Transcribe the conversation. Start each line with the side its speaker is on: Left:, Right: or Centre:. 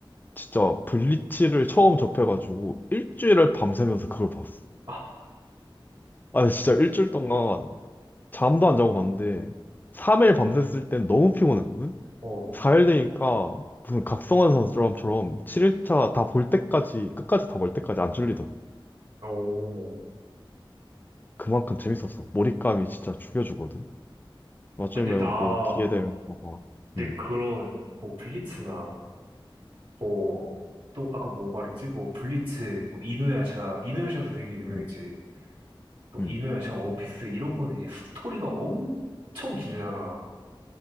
Left: 진짜 블리치를 처음 접해가지고 일주일을 밤새면서 그걸 봤어.
Right: 아,
Left: 아, 진짜 일주일 동안 잠도 안 자고 봤는데 3일 밤샜을 땐 너무 피곤했거든?
Right: 어,
Left: 4일 되니까 무슨 각성한 사람처럼 7일차 다 볼 때까지, 끝까지 다 볼 때까지 안 졸리더라.
Right: 어.
Left: 그만큼 재밌었어. 몰입감이 진짜 죽여주거든. 나중에
Right: 근데 나,
Left: 뭐 기회 되면 봐봐.
Right: 내
Left: 음.
Right: 그런, 뭐, 블리츠나, 뭐, 또, 아까 뭐 말했지? 뭐, 블리츠, 뭐, 이누야샤, 이누야샤도 되게 유명했지.
Left: 음,
Right: 뭐,
Left: 음.
Right: 이누야샤, 원피스, 이런 거는 이제 스토리가 엄청 길잖아.